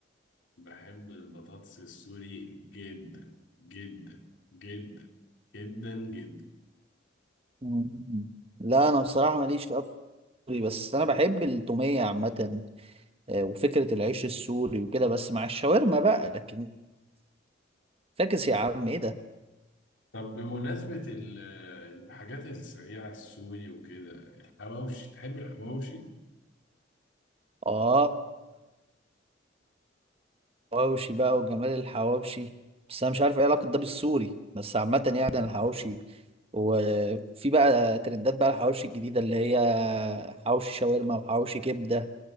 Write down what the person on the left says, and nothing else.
بحب البطاطس السوري جدا جدا جدا جدا جدا
طب بمناسبة ال- الحاجات السريعة السوري وكده الحواوشي تحب الحواوشي؟